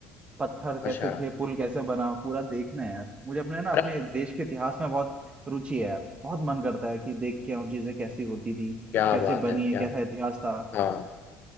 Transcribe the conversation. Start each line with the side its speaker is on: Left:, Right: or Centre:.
Right: पत्थर
Left: अच्छा
Right: कैसे थे पुल कैसे बना पूरा देखना है यार मुझे अपने ना अपने
Left: अरे
Right: देश के इतिहास में बहुत रुचि है यार बहुत मन करता है कि देख के आऊँ चीजें कैसी होती थी
Left: क्या
Right: कैसे
Left: बात
Right: बनी
Left: है
Right: है
Left: क्या
Right: कैसा इतिहास था
Left: हाँ